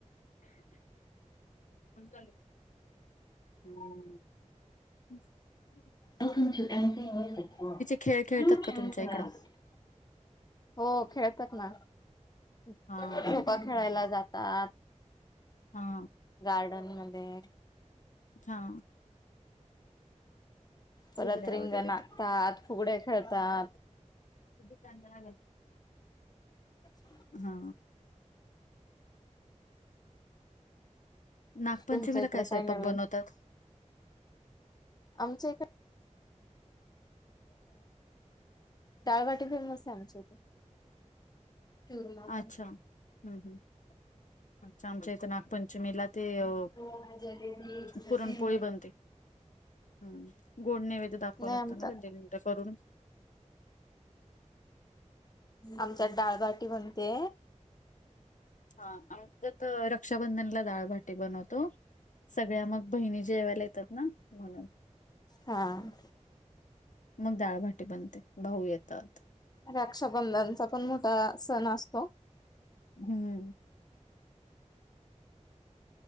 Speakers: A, on the left (about 85°); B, on the left (about 35°).
A: हम्
B: त <unintelligible>
A: खेळ खेळतात का तुमच्या इकडं
B: हो खेळतात ना, झोोका
A: हा
B: खेळायला जातात.
A: हा
B: गार्डन मध्ये,
A: हा.
B: परत
A: फुगड्या
B: रिंग
A: वगैरे
B: आकतात फुगड्या खेळतात.
A: खुप चांगल लागत?
B: अच्छा,.
A: हा नागपंचमीला
B: तुमच्या इकडे
A: काय? स्वयंपाक
B: नवीन
A: बनवतात.
B: आमच्या येथे.. डाळबाटी फेमस आहे? आमच्या इथे, चूरमा पण
A: अच्छा, हम्म हम्म अच्छा आमच्या इथं नागपंचमीला ते, अ
B: पोहा, जिलेबी, सफरचंद.
A: पुरणपोळी बनते. हम गोड नेवैद्य दाखवावं
B: नाही
A: लागतं
B: आमच्या
A: ना दिंड करून,
B: आमच्यात
A: हां.
B: डाळबाटी बनते?
A: हा आमच्यात रक्षाबंधनला डाळभाटी बनवतो.? सगळ्या मग बहिणी जेवायला येतात. ना म्हणून
B: हां.
A: मग, डाळभाटी बनते भाऊ येतात.
B: रक्षाबंधनचा पण मोठा सण असतो.
A: हम्म.